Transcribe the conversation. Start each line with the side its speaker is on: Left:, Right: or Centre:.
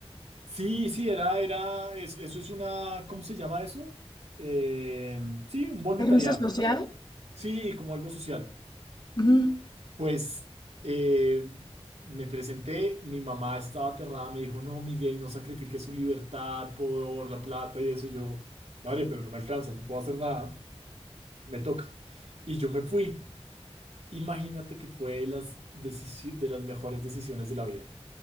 Right: Sí, sí, era, era, es- eso es una, ¿cómo se llama eso? Eh, sí, un voluntariado.
Left: Servicio social.
Right: Sí, como algo social.
Left: Ujú.
Right: Pues eh, me presenté, mi mamá estaba aterrada, me dijo, no, Miguel, no sacrifique su libertad por la plata y eso. Yo, madre, pero no me alcanza, no puedo hacer nada, me toca. Y yo me fui. Imagínate que fue de las, decisi- de las mejores decisiones de la vida.